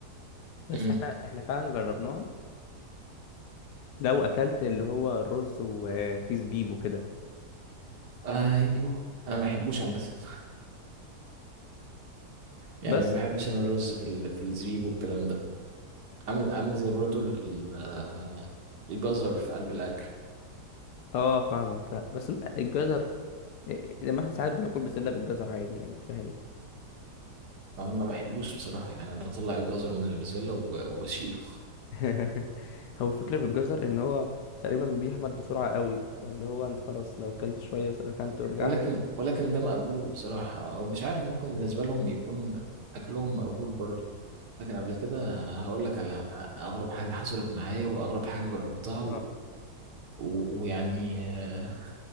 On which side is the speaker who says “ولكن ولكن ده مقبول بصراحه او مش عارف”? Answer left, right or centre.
Right